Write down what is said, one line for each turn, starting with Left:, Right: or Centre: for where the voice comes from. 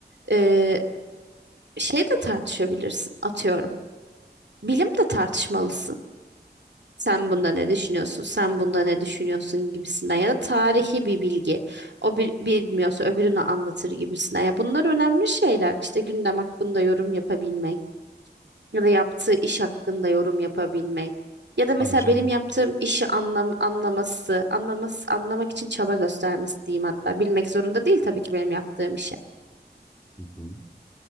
Right: e, şey de tartışabilirsin atıyorum. Bilim de tartışmalısın. Sen bunda ne düşünüyorsun? Sen bunda ne düşünüyorsun gibisinden ya da tarihi bir bilgi. O bir bilmiyorsa öbürünü anlatır gibisinden. Ya bunlar önemli şeyler. İşte gündem hakkında yorum yapabilmek. Ya da yaptığı iş hakkında yorum yapabilmek. Ya da mesela
Left: Abi canım.
Right: benim yaptığım işi anlam anlaması, anlaması, anlamak için çaba göstermesi diyeyim hatta. Bilmek zorunda değil tabii ki benim yaptığım işi.
Left: Hı hı.